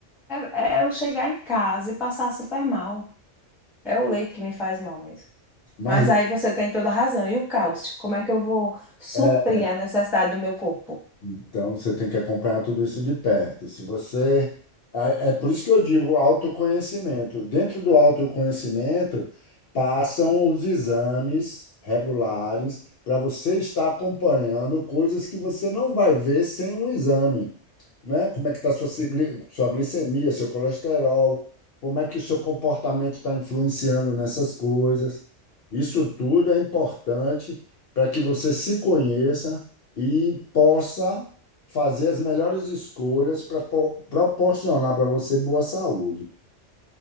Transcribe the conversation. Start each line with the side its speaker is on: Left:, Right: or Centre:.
Centre: é, é eu chegar em casa e passar super mal. É o leite que me faz mal mesmo.
Left: Mas
Centre: Mas aí você tem toda a razão. E o cálcio? Como é que eu vou suprir
Left: é,
Centre: a necessidade do meu corpo?
Left: Então, você tem que acompanhar tudo isso de perto. Se você. É é por isso que eu digo autoconhecimento. Dentro do autoconhecimento, passam os exames regulares para você estar acompanhando coisas que você não vai ver sem um exame, né? Como é que está sua, sigli- sua glicemia, seu colesterol, como é que o seu comportamento está influenciando nessas coisas. Isso tudo é importante para que você se conheça e possa fazer as melhores escolhas para proporcionar para você boa saúde.